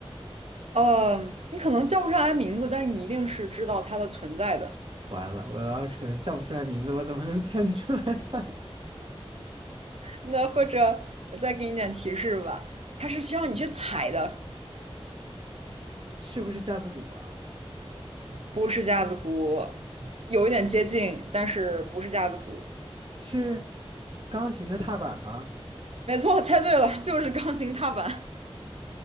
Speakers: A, on the right; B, on the right.
A: 嗯，你可能叫不上来名字，但是你一定是知道它的存在的。
B: 完了，我要是可能叫不出来名字，我怎么能猜得出来呢？
A: 那或者我再给你点提示吧，它是需要你去采的，
B: <laughs> 是不是架子鼓啊？
A: 不是架子鼓，有一点接近，但是不是架子鼓。
B: 是钢琴的踏板吗？
A: 没错，猜对了，就是钢琴踏板。